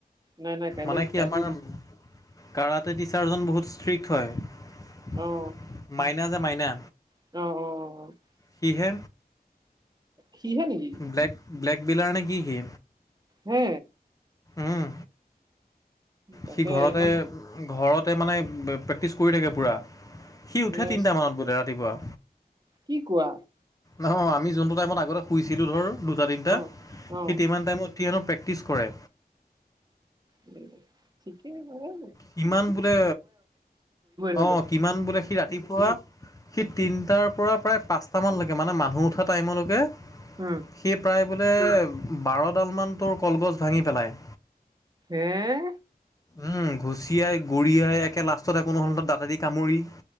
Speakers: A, on the right; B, on the left.
A: নাই নাই কাইলৈ
B: মানে কি
A: কাইলৈ
B: আমাৰ-
A: মিছ
B: কাৰাটে টিচাৰজন বহুত ষ্ট্ৰিক্ট হয়।
A: অ'।
B: মাইনা যে মাইনা!
A: অ', অ', অ'।
B: সিহে।
A: সিহে নেকি?
B: ব্লেক, ব্লেক বিলাৰ নে কি, সি?
A: হে,
B: উম,
A: তাকে
B: সি ঘৰতে
A: ইমান
B: ঘৰতে, মানে, প্ৰেক্টিছ কৰি থাকে পূৰা। সি উঠে
A: এ,
B: তিনিটামানত বোলে ৰাতিপুৱা।
A: কি কোৱা?
B: অ', আমি যোনটো টাইমত আগতে শুইছিলোঁ, ধৰ দুটা-তিনিটা,
A: অ অ
B: সেই সিমান টাইমত সিহেনো প্ৰেক্টিচ কৰে।
A: উম, ঠিকে হয়।
B: কিমান বোলে,
A: ধৰি
B: অ',
A: লও
B: কিমান বোলে সি ৰাতিপুৱা সি তিনটাৰ পৰা প্ৰায় পাঁচট মানলৈকে মানে মানুহ উঠা টাইমলৈকে
A: উম্।
B: সি প্ৰায় বোলে বাৰডালমান তোৰ কলগছ ভাঙি পেলায়।
A: এএএ,
B: উম ঘুচিয়াই, গোৰিয়াই একে লাষ্টতে একো নহ'লেত দাঁতেদি দি কামুৰি।